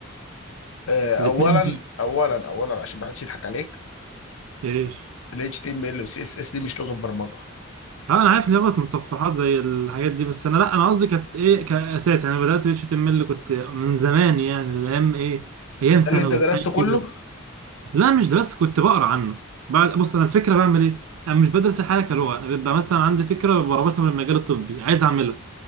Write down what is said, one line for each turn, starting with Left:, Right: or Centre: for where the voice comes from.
Left: اه
Right: الاثنين
Left: اولا اولا اولا عشان ما حدش يضحك عليك
Right: ايش
Left: ال HTML و CSS دي مش لغه برمجه
Right: اه انا عارف ان هي غلط متصفحات زي الحاجات دي بس انا لا انا قصدي كانت ايه كاساس يعني أنا بدات اتش تي ام ال كنت من زمان يعني الايام ايه ايام
Left: ده
Right: ثانوي
Left: اللي انت درسته
Right: حاجه
Left: كله
Right: كده لا مش درست كنت بقرا عنه بعد بص انا الفكره بعمل ايه انا مش بدرس الحاجه كلغه انا بيبقى مثلا عندي فكره بربطها من المجال الطبي عايز اعملها